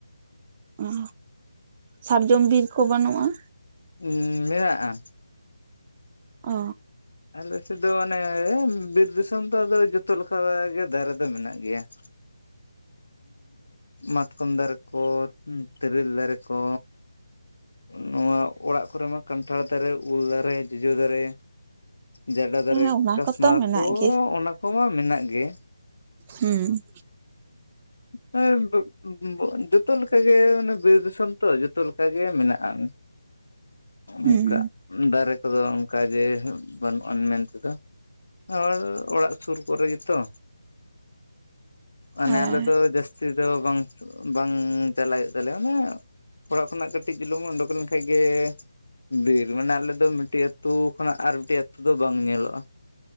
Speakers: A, on the right (about 25°); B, on the left (about 75°).
A: ᱚ ᱥᱟᱨᱡᱚᱢ ᱵᱤᱨ ᱠᱚ ᱵᱟᱹᱱᱩᱜ-ᱟ?
B: ᱩᱸᱻ ᱢᱮᱱᱟᱜ-ᱟ᱾
A: ᱚ
B: ᱟᱞᱮ ᱥᱮᱫ ᱫᱚ ᱚᱱᱮ ᱵᱤᱨ ᱫᱤᱥᱚᱢ ᱛᱚ ᱟᱫᱚ ᱡᱚᱛᱚ ᱞᱮᱠᱟ ᱜᱮ ᱫᱟᱨᱮ ᱫᱚ ᱢᱮᱱᱟᱜ ᱜᱮᱭᱟ᱾ <inaudible> ᱢᱟᱛᱠᱚᱢ ᱫᱟᱨᱮ ᱠᱚ ᱛᱮᱨᱮᱞ ᱫᱟᱨᱮ ᱠᱚ᱾ ᱱᱚᱣᱟ ᱚᱲᱟᱜ ᱠᱚᱨᱮ ᱢᱟ ᱠᱟᱱᱴᱷᱟᱲ ᱫᱟᱨᱮ, ᱩᱞ ᱫᱟᱨᱮ, ᱡᱚᱡᱚ ᱫᱟᱨᱮ᱾ ᱡᱟᱰᱟ ᱫᱟᱨᱮ,
A: ᱦᱮᱸ ᱚᱱᱟ
B: ᱠᱟᱥᱢᱟᱨ
A: ᱠᱚᱛᱚ ᱢᱮᱱᱟᱜ
B: ᱠᱚ
A: ᱜᱮ
B: ᱚᱱᱟ ᱠᱚᱢᱟ ᱢᱮᱱᱟᱜ ᱜᱮ᱾
A: ᱦᱩᱸ᱾
B: ᱦᱩᱸ ᱳᱭ ᱡᱚᱛᱚ ᱞᱮᱠᱟ ᱜᱮ ᱚᱱᱮ ᱵᱤᱨ ᱫᱤᱥᱚᱢ ᱛᱚ ᱡᱚᱛᱚ ᱞᱮᱠᱟ ᱜᱮ ᱢᱮᱱᱟᱜ-ᱟᱱ
A: ᱦᱩᱸ
B: ᱚᱱᱠᱟ ᱫᱟᱨᱮ᱾ ᱠᱚᱫᱚ ᱚᱱᱠᱟ ᱜᱮ ᱵᱟᱹᱱᱩᱜ-ᱟᱱ ᱢᱮᱱ ᱛᱮᱫᱚ᱾ ᱟᱨ ᱚᱲᱟᱜ ᱥᱩᱨ ᱠᱚᱨᱮ ᱜᱮᱛᱚ᱾ ᱢᱟᱱᱮ
A: ᱦᱮᱸ
B: ᱟᱞᱮ ᱫᱚ ᱡᱟᱹᱥ ᱛᱤ ᱫᱚ ᱵᱟᱝ ᱵᱟᱝ ᱪᱟᱞᱟᱣ ᱦᱳᱭᱳᱜ ᱛᱟᱞᱮᱭᱟ, ᱢᱟᱱᱮ ᱚᱲᱟᱜ ᱠᱷᱚᱱᱟᱜ ᱠᱟᱹ ᱴᱤᱡ ᱪᱩᱞᱩᱝ ᱳᱰᱳᱠ ᱞᱮᱠᱷᱟᱡ ᱜᱮ᱾ ᱵᱤᱨ ᱢᱟᱱᱮ ᱟᱞᱮ ᱫᱚ ᱢᱤᱫᱴᱤᱡ ᱟᱹᱛᱩ ᱠᱷᱚᱱᱟᱜ ᱟᱨ ᱢᱤᱫᱴᱤᱡ ᱟᱹᱛᱩ ᱫᱚ ᱵᱟᱝ ᱧᱮᱞᱚᱜ-ᱟ᱾